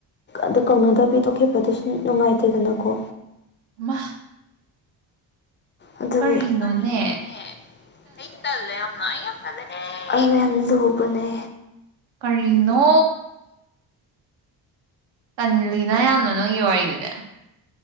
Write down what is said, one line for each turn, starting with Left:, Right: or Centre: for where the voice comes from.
Left: ꯑꯗꯨ ꯀꯧꯅꯗꯕꯤ ꯇꯧꯈꯤꯕꯗꯁꯨꯨꯝ ꯅꯨꯡꯉꯥꯏꯇꯦꯗꯅꯀꯣ
Right: ꯋꯥ
Left: ꯑꯗꯨ
Right: ꯀꯔꯤꯅꯣꯅꯦ
Left: ꯀꯔꯤꯒꯤꯅꯣꯅꯦ ꯍ ꯇꯜꯂꯦ ꯌꯥꯝꯅ ꯑꯩ ꯌꯥꯝ ꯇꯜꯂꯦ ꯑꯊꯨꯕꯅꯦ
Right: ꯀꯔꯤꯅꯣ ꯀꯜꯂꯤꯅ ꯌꯥꯝꯅ ꯅꯪꯒꯤ ꯋꯥꯔꯤꯗꯨꯗꯤ